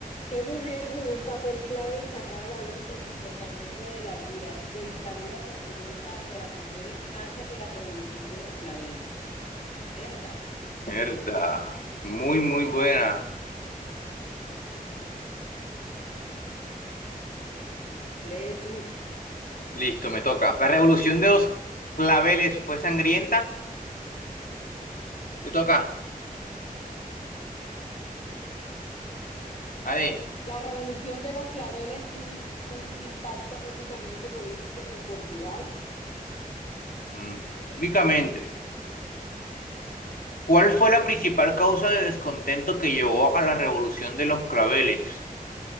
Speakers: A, on the left (about 50°); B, on the left (about 70°).
A: ¿Qué mujer jugó un papel clave en sacar a la luz el comportamiento de la dira- de dictadura portuguesa hacia las mujeres antes de la Revolución de los Claveles? Érdale,
B: Mierda. Muy, muy buena.
A: lee tú.
B: Listo, me toca. La revolución de los claveles fue sangrienta.
A: Mm.
B: Te toca. A ver,
A: La revolución de los claveles tuvo im- un impacto únicamente político en Portugal.
B: Mm, únicamente. ¿Cuál fue la principal causa de descontento que llevó a la revolución de los claveles?